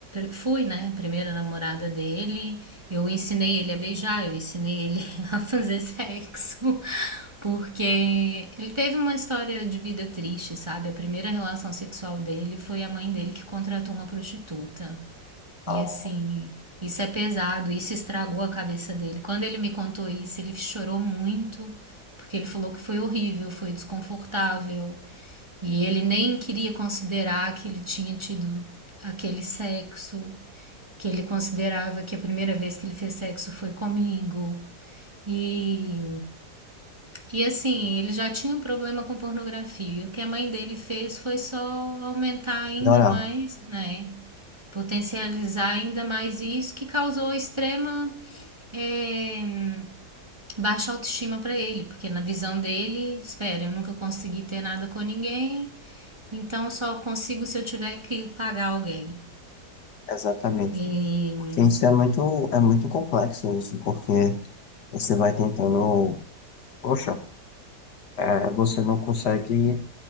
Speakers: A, on the right; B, on the left.
A: fui, né, a primeira namorada dele. Eu ensinei ele a beijar, eu ensinei ele <laughs> a fazer sexo, porque ele teve uma história de vida triste, sabe? A primeira relação sexual dele foi a mãe dele que contratou uma prostituta. E
B: Ah,
A: assim, isso é pesado, isso estragou a cabeça dele. Quando ele me contou isso, ele chorou muito. Porque ele falou que foi horrível, foi desconfortável. E ele nem queria considerar que ele tinha tido aquele sexo, que ele considerava que a primeira vez que ele fez sexo foi comigo. E, e assim, ele já tinha um problema com pornografia. E o que a mãe dele fez foi só aumentar ainda
B: melhorar,
A: mais, né? Potencializar ainda mais isso, que causou extrema eh, baixa autoestima para ele, porque na visão dele, espera, eu nunca consegui ter nada com ninguém, então só consigo se eu tiver que pagar alguém.
B: exatamente.
A: E
B: Porque isso é muito, é muito complexo, isso, porque você vai tentando, poxa, é, você não consegue